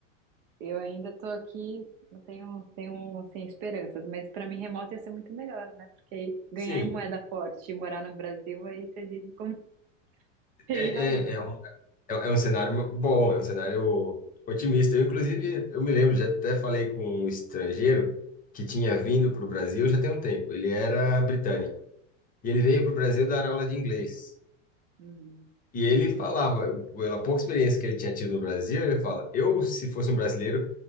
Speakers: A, on the right (about 45°); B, on the left (about 20°).
A: Eu ainda tô aqui, eu tenho, tenho assim, esperanças, mas para mim remoto ia ser muito melhor, né? Porque aí ganhar
B: Sim,
A: em moeda forte e morar no Brasil, aí você vive como <laughs> rei
B: é,
A: e rainha,
B: é, é,
A: né?
B: um, é, é um cenário bom, é um cenário otimista. Eu, inclusive, eu me lembro, já até falei com um estrangeiro que tinha vindo para o Brasil já tem um tempo. Ele era britânico. E ele veio para o Brasil dar aula de inglês.
A: Uhum.
B: E ele falava, pela pouca experiência que ele tinha tido no Brasil, ele fala: eu, se fosse um brasileiro,